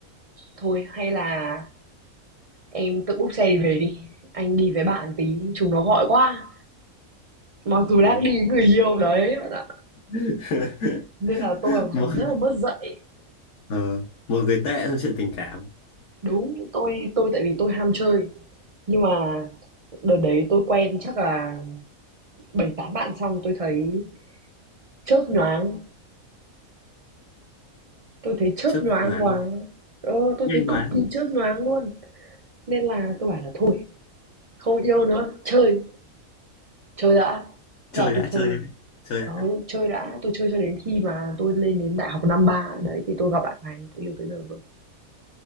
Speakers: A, on the right; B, on the left.
A: thôi hay là em tự búc xe đi về đi anh đi với bạn tí chúng nó gọi quá Mặc
B: ở
A: dù
B: đấy
A: đang đi với người yêu đấy bạn ạ.
B: <laughs>
A: Nên là tôi là một
B: một
A: thằng rất là mất dạy.
B: ờ, một người tệ trong chuyện tình cảm
A: Đúng, tôi tôi tại vì tôi ham chơi. Nhưng mà đợt đấy tôi quen chắc là 7 8 bạn xong tôi thấy chớp nhoáng, tôi thấy chớp
B: chớp
A: nhoáng
B: nhoáng
A: quá.
B: luôn
A: Ờ, tôi
B: nhanh
A: thấy
B: quá
A: cực kỳ chớp nhoáng luôn. Nên là tôi bảo là thôi, không yêu nữa, chơi, chơi đã. Thế
B: chơi
A: là tôi
B: đã
A: chơi.
B: chơi đã chơi đã
A: Ờ, chơi đã, tôi chơi cho đến khi mà tôi lên đến đại học năm ba đấy thì tôi gặp bạn này tôi yêu tới giờ luôn.